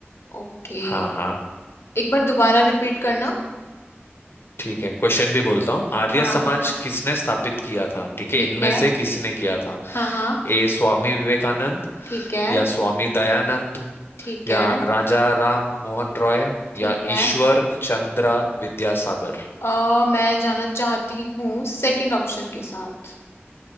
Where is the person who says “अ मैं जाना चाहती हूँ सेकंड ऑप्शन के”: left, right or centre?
Left